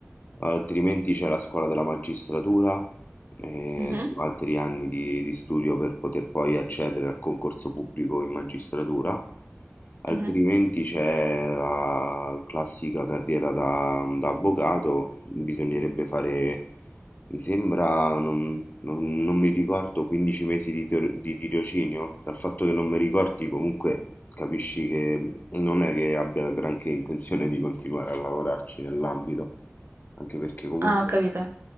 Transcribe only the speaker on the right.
Mhm,
mhm.
Ah, ho capito.